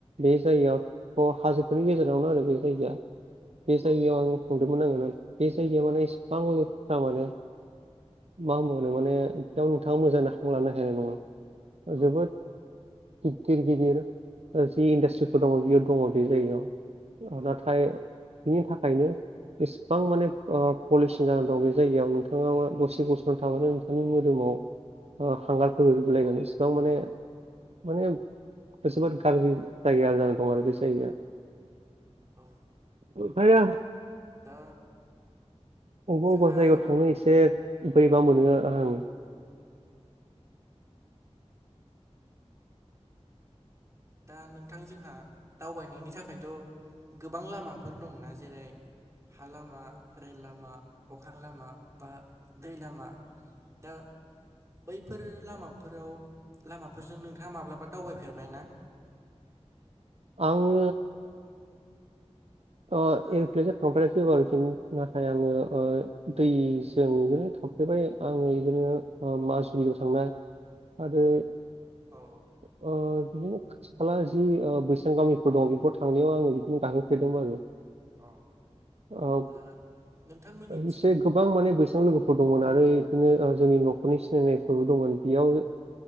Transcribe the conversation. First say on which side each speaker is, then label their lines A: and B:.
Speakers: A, on the right; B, on the right.
A: बे जायगायाथ' हाजोफोरनि गेजेरावनो आरो बे जायगाया बे जायगायाव आं हमदोंमोन आङो बे जायगायाव माने इसेबां सा माने मा होनबावनो माने थियाव नोंथाङा मोजां लानो हैनाय नङा
B: औ
A: जोबोद गिदिर गिदिर जि इन्डासट्रिफोर दङ' बियो दङ' बे जायगायाव
B: औ
A: नाथाय नि थाखायनो इसिबां माने पलिसन जानानै दं बे जायगायाव नोंथाङा दसे गस'नानै थाबानो दानि मोदोमाव हांगारफोर होलायगोन इसिबां माने माने बे जोबोद
B: औ
A: गाज्रि जायगाया जानानै दं आरो बे जायगाया
B: औ
A: ओंखायनो
B: दा
A: अबेबा
B: जोंहा
A: अबेबा जायगायाव थांनो एसे बोरैबा
B: औ
A: मोनो आं
B: दा नोंथां जोंहा दावबायनायनि थाखायथ' गोबां लामाफोर दंना जेरै हा लामा रेल लामा अख्रां लामा बा दै लामा। दा बैफोर लामाफोराव लामाफोरजों नोंथाङा माब्लाबा दावबायफेरबाय ना?
A: आङो अ
B: एबा
A: एर'प्लेेनजों थांफेराखै <unintelligible> नाथाय आङो
B: औ
A: दैजों बिदिनो थांफेरबाय आङो बिदिनो माजुलियाव थांनाय आरो
B: औ
A: बिदिनो खाथि खाला जि बैसां गामिफोर दं बेफोराव थांनायाव आङो बिदिनो गाखोफेरदोंमोन आरो
B: औ
A: औ
B: अब्ला नोंथांमोननिथिं
A: एसे गोबां माने बैसां लो फोर दंमोन आरो बिदिनो जोंनि न'खरनि सिनायनायफोरबो दंमोन बेयाव